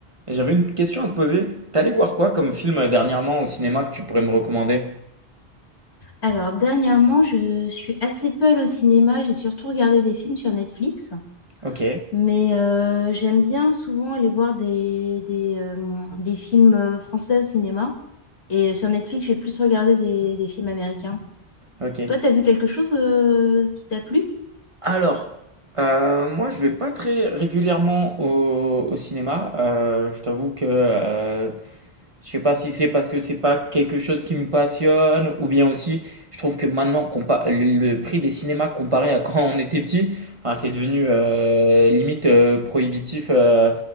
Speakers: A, on the right; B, on the left.
A: Et J'avais une question à te poser. T'allais voir quoi comme film euh, dernièrement au cinéma que tu pourrais me recommander?
B: Alors, dernièrement, je suis assez peu allée au cinéma. J'ai surtout regardé des films sur Netflix.
A: Ok,
B: Mais euh, j'aime bien souvent aller voir des, des, euh, des films euh, français au cinéma. Et euh, sur Netflix, j'ai plus regardé des, des films américains.
A: ok.
B: Toi, t'as vu quelque chose euh, qui t'a plu?
A: Alors, euh, moi je vais pas très régulièrement au, au cinéma. Euh, je t'avoue que euh, je sais pas si c'est parce que c'est pas quelque chose qui me passionne ou bien aussi je trouve que maintenant compa- le le prix des cinémas comparé à quand on était petit, enfin, c'est devenu euh, limite euh, prohibitif euh,